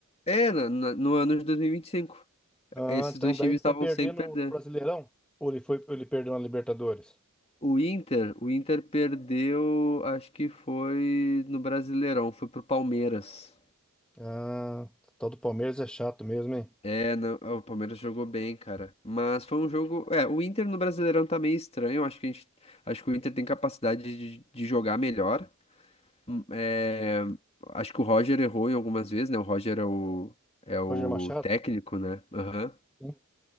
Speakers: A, on the left (about 25°); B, in the centre.
A: É, na- na- no ano de 2025,
B: Ah,
A: esses
B: então
A: dois
B: daí
A: times
B: ele
A: estavam
B: foi perder
A: sem perder.
B: no, no Brasileirão? Ou ele foi, ou ele perdeu na Libertadores?
A: O Inter, o Inter perdeu, acho que foi no Brasileirão, foi pro Palmeiras.
B: Ah, o tal do Palmeiras é chato mesmo, hein?
A: É, não, o Palmeiras jogou bem, cara. Mas foi um jogo. É, o Inter no Brasileirão tá meio estranho. Acho que a gente, acho que o Inter tem capacidade de, de jogar melhor. Hum, é, acho que o Roger errou em algumas vezes, né? O Roger é o, é o
B: Roger Machado?
A: técnico, né? Aham.
B: Sim.